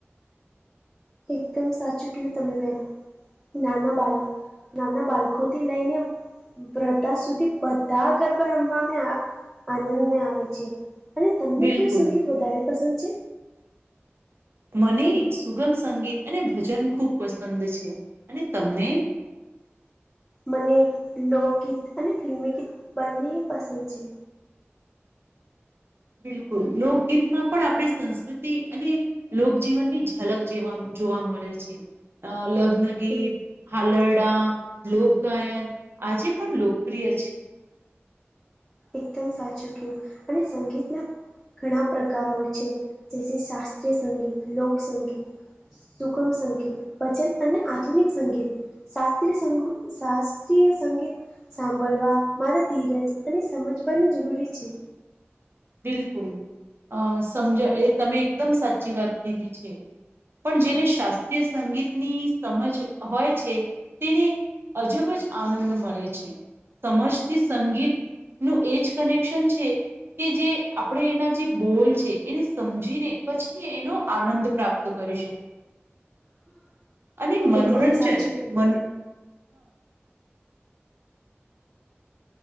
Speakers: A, in the centre; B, on the right.
A: એકદમ સાચું કું તમે બેન. નાના બાલ નાના બાળખોથી લઈને વર્તા સુધી બધા ગરબા રમવાવામાં આનંદ આવે છે. અને તમને
B: બિલકુલ
A: કયો સંગીત વધારે પસંદ છે.
B: મને સુગમ સંગીત અને ભજન ખૂબ પસંદ છે અને તમને.
A: મને લોકગીત અને ફિલ્મી ગીત બંને પસંદ છે.
B: બિલકુલ લોકગીતમાં પણ આપણે સંસ્કૃતિ અને લોકજીવનની ઝલક જેવા જોવા મળે છે. લગ્નગીત
A: છે. એક
B: હાલરડા લોકગાયન આજે પણ લોકપ્રિય છે.
A: એકદમ સાચું કયું અને સંગીતના ઘણા પ્રકાર હોય છે જે છે શાસ્ત્રીય સંગીત લોકસંગીત સુગમ સંગીત વચન અને આધુનિક સંગીત. શાસ્ત્રીય સંગ શાસ્ત્રીય સંગીત સાંભળવા મારા ધીરજ અને સમજવાની જરૂરી છે.
B: બિલકુલ અ સમજ એ તમે એકદમ સાચી વાત કીધી છે. પણ જેને શાસ્ત્રીય સંગીતની સમજ હોય છે તેને. અજબ જ આનંદ મળે છે. સમજથી સંગીત નું એજ કનેક્શન છે. કે જે આપણે એના જે બોલ છે એને સમજીને પછી એનો આનંદ પ્રાપ્ત કરી શકીએ. અને મનોરંજન
A: એકદમ સાચું કયું
B: મ.